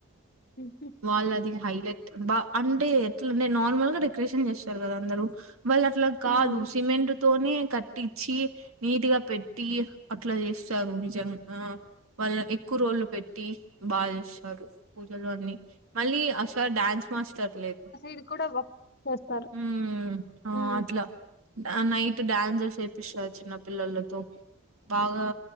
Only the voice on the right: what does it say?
వాళ్ళది అన్ హైలెట్ బా అంటే అట్లానే నార్మల్గా డెకరేషన్ చేస్తారు కదా అందరు వాళ్ళు అట్ల కాదు
సిమెంట్ తోనే కట్టించి నీటిగా పెట్టి అట్లా చేస్తారు నిజంగా ఆ వాళ్ళ ఎక్కువ రోజులు పెట్టి బాగా చేస్తారు పూజలు అన్ని మళ్ళీ అసలు డ్యాన్స్ మాస్టర్ లే
ఉమ్ ఆ
అట్లా నైట్ డ్యాన్సెస్ చేపిస్తారు చిన్న పిల్లలతో బాగా